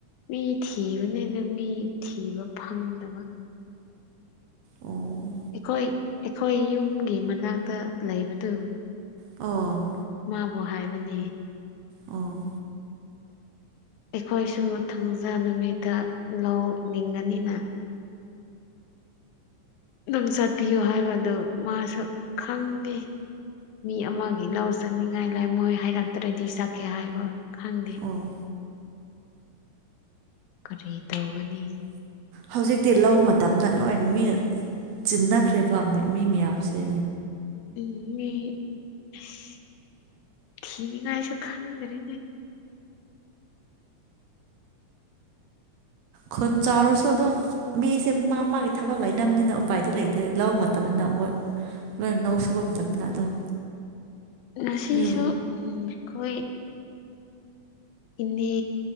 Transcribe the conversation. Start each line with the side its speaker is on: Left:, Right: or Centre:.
Left: ꯃꯤ ꯊꯤꯕꯅꯦꯅꯦ ꯃꯤ ꯊꯤꯕ ꯐꯪꯗꯕ
Right: ꯑꯣ
Left: ꯑꯩꯈꯣꯏ ꯑꯩꯈꯣꯏ ꯌꯨꯝꯒꯤ ꯃꯅꯥꯛꯇ ꯂꯩꯕꯗꯨ
Right: ꯑꯣ
Left: ꯃꯥꯕꯨ ꯍꯥꯏꯕꯅꯦ
Right: ꯑꯣ
Left: ꯑꯩꯈꯣꯏꯁꯨ ꯊꯥꯡꯖꯥ ꯅꯨꯃꯤꯠꯇ ꯂꯧ ꯂꯤꯡꯒꯅꯤꯅ ꯅꯪ ꯆꯠꯄꯤꯌꯨ ꯍꯥꯏꯕꯗꯨ ꯃꯥꯁꯨ ꯈꯪꯗꯦ ꯃꯤ ꯑꯃꯒꯤ ꯂꯧ ꯆꯠꯅꯤꯡꯉꯥꯏ ꯂꯩ ꯃꯣꯏ ꯍꯥꯏꯔꯛꯇ꯭ꯔꯗꯤ ꯆꯠꯀꯦ ꯍꯥꯏꯕ ꯈꯪꯗꯦ
Right: ꯑꯣ
Left: ꯀꯔꯤ ꯇꯧꯒꯅꯤ
Right: ꯍꯧꯖꯤꯛꯇꯤ ꯂꯧ ꯃꯇꯝꯗ ꯂꯣꯏ ꯃꯤꯅ ꯆꯤꯟꯅꯈ꯭ꯔꯦꯕ ꯃꯤ ꯃꯌꯥꯝꯁꯦ
Left: ꯎꯝ ꯃꯤ ꯑꯁ ꯊꯤꯅ ꯑꯩꯁꯨ ꯈꯪꯗ꯭ꯔꯦꯅꯦ
Right: ꯈꯨꯟ ꯆꯥꯎꯔꯁꯨ ꯑꯗꯨꯝ ꯃꯤꯁꯦ ꯃꯥ ꯃꯥꯒꯤ ꯊꯕꯛ ꯂꯩꯅꯕꯅꯤꯅ ꯎꯄꯥꯏꯗꯤ ꯂꯩꯇꯦ ꯂꯧ ꯃꯇꯝꯅꯤꯅꯤꯅ ꯃꯣꯏ ꯂꯣꯏꯅ ꯂꯧ ꯁꯨꯕ ꯃꯇꯝꯅꯤꯅ ꯑꯗꯨꯝ
Left: ꯉꯁꯤꯁꯨ
Right: ꯃꯤ
Left: ꯎꯝ ꯈꯣꯏ ꯏꯅꯦ